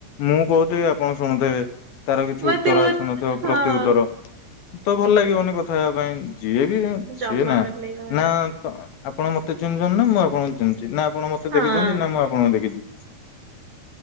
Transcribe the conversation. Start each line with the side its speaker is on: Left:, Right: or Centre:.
Left: ମୁଁ ତକହୁଥିବି ଆପଣ ଶୁଣୁଥିବେ ତାର କିଛି
Right: ମତେ
Left: ଉତ୍ତର
Right: ବହୁତ
Left: ଆସୁନଥିବ
Right: ହଁ
Left: ପ୍ରତି ଉତ୍ତର ତ ଭଲ ଲାଗିବନି କଥା ହେବା ପାଇଁ ଯିଏ ବି ସି
Right: ଜମା
Left: ଏ ନା
Right: ଭଲ ଲାଗିବନି
Left: ନା ତ ଆପଣ ମତେଚିହ୍ନିଛନ୍ତି ନା ମୁଁ ଆପଣଙ୍କୁ ଚିହ୍ନିଛି ନା ଆପଣ ମତେ
Right: ହଁ
Left: ଦେଖିଛନ୍ତି ନା ମୁଁ ଆପଣଙ୍କୁ ଦେଖିଛି